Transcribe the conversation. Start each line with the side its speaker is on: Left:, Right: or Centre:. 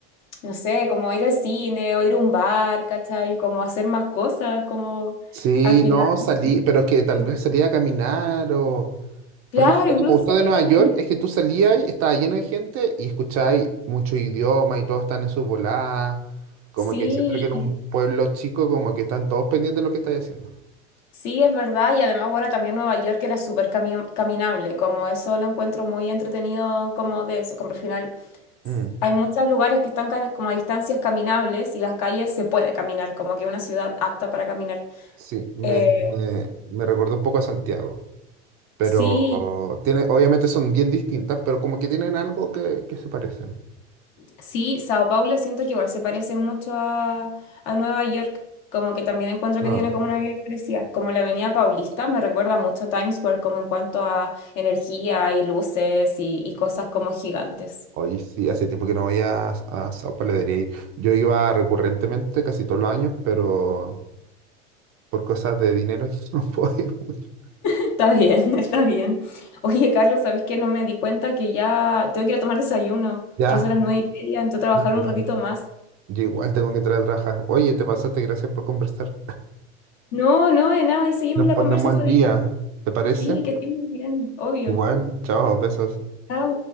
Left: no sé, como ir al cine o ir a un bar, ¿cachai? Como hacer más cosas, como
Right: Sí,
Left: al final.
Right: no, salí, pero es que tal
Left: sí.
Right: vez salía a caminar o...
Left: Claro,
Right: Por ejemplo, lo
Left: incluso
Right: que me gustó
Left: salir
Right: de Nueva
Left: a caminar.
Right: York es que tú salías y estaba lleno de gente y escucháis muchos idiomas y todos están en su volada. Como
Left: Sí,
Right: que siento que en un pueblo chico como que están todos pendientes de lo que estáis haciendo.
Left: Sí, es verdad, y además, bueno, también Nueva York era súper cami- caminable, como eso lo encuentro muy entretenido, como de eso, como al final s-
Right: Mm,
Left: hay muchos lugares que están ca- como a distancias caminables y las calles se puede caminar, como que una ciudad apta para caminar.
Right: sí, me,
Left: Eh,
Right: me, me recordó un poco a Santiago, pero
Left: sí,
Right: tiene, obviamente son bien distintas, pero como que tienen algo que, que se parecen.
Left: sí, Sao Paulo siento que igual se parece mucho a, a Nueva York, como que también encuentro
Right: Ah,
Left: que tiene como una vida parecida, como la Avenida Paulista me recuerda mucho a Times Square, como en cuanto a energía y luces y y cosas como gigantes.
Right: hoy sí, hace tiempo que no voy a, a Sao Paulo, debería ir. Yo iba recurrentemente casi todos los años, pero por cosas de dinero <laughs> no puedo ir mucho.
Left: Está bien, <laughs> está bien. Oye, Carlos, ¿sabes qué? No me di cuenta que ya tengo que ir a tomar desayuno.
Right: Ya,
Left: Ya son las nueve y media, entonces trabajar
Right: igual,
Left: un ratito más.
Right: yo igual tengo que entrar a trabajar. Oye, te pasaste, gracias por conversar.
Left: No, no, de nada, y seguimos
Right: Nos
Left: la
Right: ponemos
Left: conversa otro
Right: al día,
Left: día.
Right: ¿te parece?
Left: Sí, que estés muy bien, obvio.
Right: Igual, chao, besos.
Left: Chao.